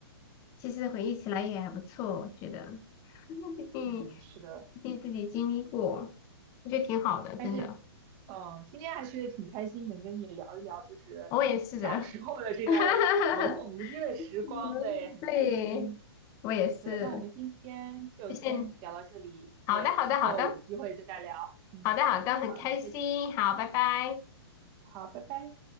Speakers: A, on the left (about 25°); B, on the right (about 30°).
A: 其实回忆起来也还不错，我觉得，<laughs> 毕竟
B: 嗯，是的。
A: 毕竟自己经历过，我觉得挺好的，
B: 但是，
A: 真的。
B: 嗯，今天还是挺开心，能跟你聊一聊，就是小时候的这段懵懂无知的时光，
A: 我也是的。<laughs> 嗯，
B: 对，很开心。
A: 对，我也是。
B: 对，那我们今天就先聊到这里，
A: 谢谢你。好的，
B: 对，
A: 好的，
B: 之后有机会再聊。
A: 好的，
B: 嗯，
A: 好的，好的，很开心。
B: 好，那再
A: 好，拜拜。
B: 好，拜拜。